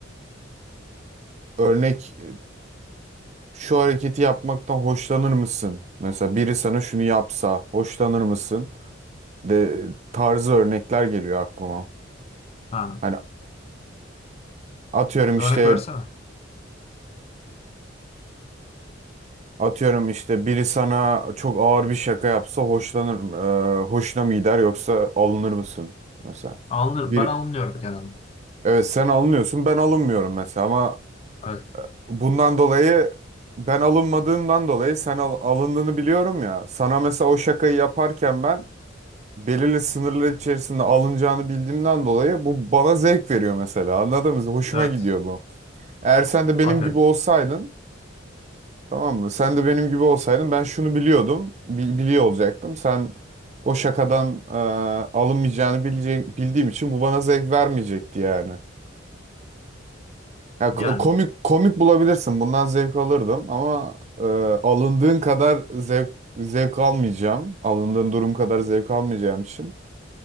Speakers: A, on the right; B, on the left.
A: örnek e, şu hareketi yapmaktan hoşlanır mısın? Mesela biri sana şunu yapsa hoşlanır mısın? De tarzı örnekler geliyor aklıma.
B: Ha.
A: Hani atıyorum
B: Örnek
A: işte
B: versene.
A: Atıyorum işte biri sana çok ağır bir şaka yapsa hoşlanır, e, hoşuna mı gider yoksa alınır mısın mesela?
B: Alınır,
A: Bir,
B: ben alınıyorum genelde.
A: evet sen alınıyorsun ben alınmıyorum mesela ama
B: Evet.
A: bundan dolayı ben alınmadığımdan dolayı sen al- alındığını biliyorum ya. Sana mesela o şakayı yaparken ben belirli sınırlar içerisinde alınacağını bildiğimden dolayı bu bana zevk veriyor mesela anladın mı? Hoşuma
B: Evet.
A: gidiyor bu. Eğer sen de benim
B: Aferin.
A: gibi olsaydın Tamam mı? Sen de benim gibi olsaydın ben şunu biliyordum. bi- biliyor olacaktım. Sen o şakadan e, alınmayacağını bilece- bildiğim için bu bana zevk vermeyecekti yani. Ya,
B: Yani.
A: ko- komik komik bulabilirsin. Bundan zevk alırdım ama e, alındığın kadar zevk zevk almayacağım. Alındığın durum kadar zevk almayacağım için.